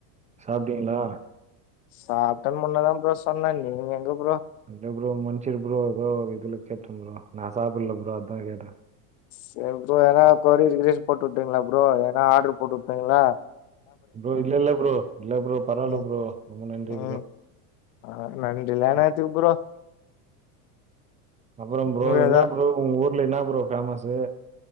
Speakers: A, on the right; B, on the left.
A: சாப்ட்டீங்ளா
B: சாப்ட்டன் முன்னதா ப்ரோ சொன்னே நீங்க எங்க ப்ரோ
A: இல்ல ப்ரோ மன்ச்சிரு ப்ரோ எதோ ஒரு இதுல கேட்டே ப்ரோ நாஸ் சாப்பல்ல ப்ரோ அத்தா கேட்ட
B: சேரி ப்ரோ எதுனா கொரிர் கிரிர் போட்டுவுட்டுங்ளா ப்ரோ எதனா ஆட்ரு போட்டுவுட்டுங்ளா
A: ப்ரோ இல்லல்ல ப்ரோ இல்ல ப்ரோ பரவால்ல
B: ம்
A: ப்ரோ ரொம்ப நன்றி ப்ரோ
B: ம் ஆ நன்றிலா என்னாத்துக்கு
A: அ
B: ப்ரோ
A: அப்புறம் ப்ரோ
B: உண்மையாதா
A: என்ன ப்ரோ உங் ஊ ர்ல என்னா ப்ரோ ஃபேமஸு